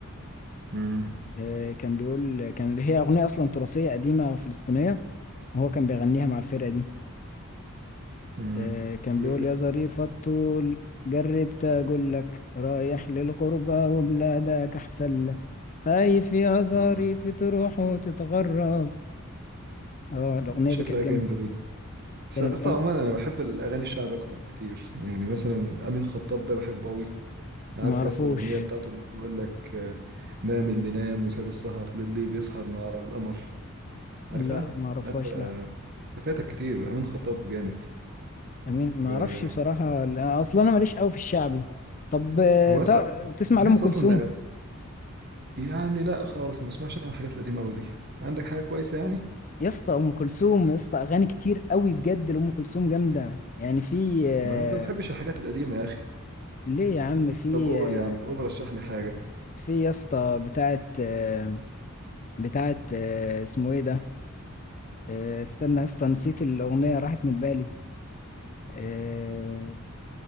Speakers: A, on the right; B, on the left.
A: مم.
B: آه، كان بيقول كان هي أغنية أصلا تراثية قديمة فلسطينية وهو كان بيغنيها مع الفرقة دي
A: مم.
B: آه، كان
A: بيقول
B: بيقول
A: فين
B: يا ظريف الطول جربت أقول لك رايح للغربة وبلادك أحسن لك خايف يا ظريف
A: اه
B: تروح وتتغرب اه الأغنية
A: شكلها
B: دي كانت
A: جامدة
B: جامدة
A: دي بس
B: كانت
A: يا اسطى
B: جامدة
A: عموما انا بحب الاغاني الشعب اكتر بكتير يعني مثلا امين خطاب ده بحبه قوي عارف
B: ما أعرفوش
A: يا اسطى الاغنية بتاعته اللي بيقول لك آه، نام اللي نام وساب السهر للي بيسهر مع القمر عارفها
B: لا ما أعرفهاش
A: لا انت انت
B: لا
A: فاتك كتير امين خطاب جامد
B: أمين ما
A: آه،
B: أعرفش بصراحة لا، أصلا أنا ماليش قوي في الشعبي طب آه،
A: هو
B: تع-
A: اصلا
B: تسمع
A: بحس
B: لأم كلثوم
A: اصلا إن- يعني لا خالص ما بسمعش انا الحاجات القديمه قوي دي عندك حاجه كويسه يعني
B: يا اسطى ام كلثوم يا اسطى اغاني كتير قوي بجد لام كلثوم جامده يعني في آه،
A: ما بحبش الحاجات القديمه يا اخي
B: ليه يا عم في
A: طب قول
B: آه،
A: يا عم قول رشح لي حاجه
B: في يا اسطى بتاعه آه، بتاعه آه، اسمه ايه ده آه، استنى يا اسطى نسيت الاغنيه راحت من بالي آه،